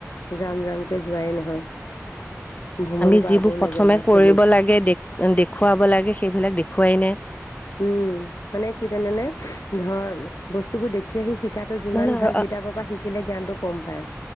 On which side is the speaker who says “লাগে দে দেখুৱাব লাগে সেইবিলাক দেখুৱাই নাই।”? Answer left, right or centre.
Left